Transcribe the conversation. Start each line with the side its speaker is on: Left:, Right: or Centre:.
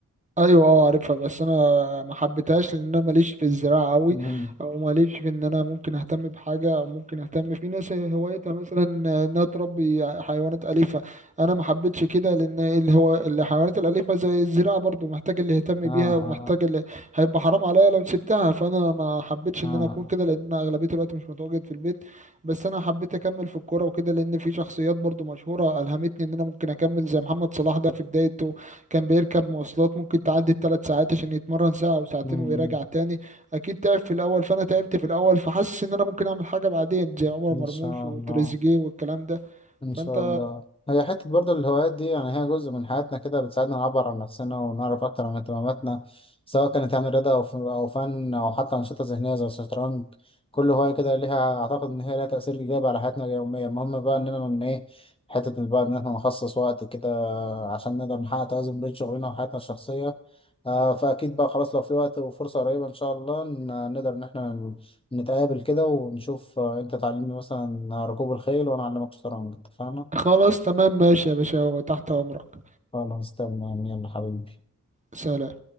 Right: ايوه اه عارفها بس انا ما حبيتهاش لان انا ماليش في الزراعه قوي
Left: مم.
Right: او ماليش في ان انا ممكن اهتم بحاجه او ممكن اهتم في ناس هوايتها مثلا انها تربي حيوانات اليفه انا ما حبيتش كده لان اللي هو الحيوانات الاليفه زي الزراعه برضو محتاج اللي يهتم
Left: اه
Right: بيها ومحتاج
Left: اه
Right: اللي هيبقى حرام عليا لو سبتها فانا ما حبيتش
Left: اه
Right: ان انا اكون كده لان انا اغلبيه الوقت مش متواجد في البيت بس انا حبيت اكمل في الكوره وكده لان في شخصيات برضو مشهوره الهمتني ان انا ممكن اكمل زي محمد صلاح ده في بدايته كان بيركب مواصلات ممكن تعدي الثلاث ساعات عشان يتمرن ساعة أو ساعتين
Left: مم.
Right: ويراجع تاني أكيد تعب في الأول فأنا تعبت في الأول فحاسس إن أنا ممكن أعمل حاجة بعدين زي عمر
Left: إن
Right: مرموش
Left: شاء
Right: وتريزيجيه
Left: الله
Right: والكلام ده
Left: إن
Right: فأنت
Left: شاء الله هي حتة برضو الهوايات دي يعني هي جزء من حياتنا كده بتساعدنا نعبر عن نفسنا ونعرف أكتر عن اهتماماتنا سواء كانت يعني رياضة أو ف- أو فن أو حتى أنشطة ذهنية زي الشطرنج كل هواية كده ليها أعتقد إن هي ليها تأثير إيجابي على حياتنا اليومية المهم بقى إننا من إيه حتة بقى إن إحنا نخصص وقت كده عشان نقدر نحقق توازن بين شغلنا وحياتنا الشخصية آه، فأكيد بقى خلاص لو في وقت وفرصة قريبة إن شاء الله ن- نقدر إن إحنا نتقابل كده ونشوف آه، أنت تعلمني مثلا ركوب الخيل وأنا أعلمك شطرنج اتفقنا؟
Right: خلاص تمام ماشي يا باشا وتحت أمرك
Left: خلاص تمام يلا حبيبي
Right: سلام